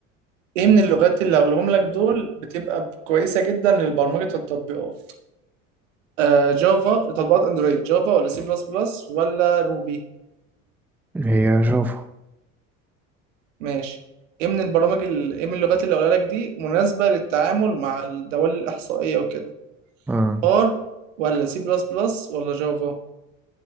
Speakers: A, on the right; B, in the centre.
A: ايه من اللغات اللي هقولهم لك دول بتبقى كويسة جدا للبرمجة التطبيقات آه جافا تطبيقات اندرويد جافا ولا سي بلس بلس ولا روبي
B: هي جافا
A: ماشي ايه من البرامج ال... ايه من اللغات اللي قولها لك دي مناسبة للتعامل مع الدوال الإحصائية وكده
B: آه.
A: ار ولا سي بلس بلس ولا جافا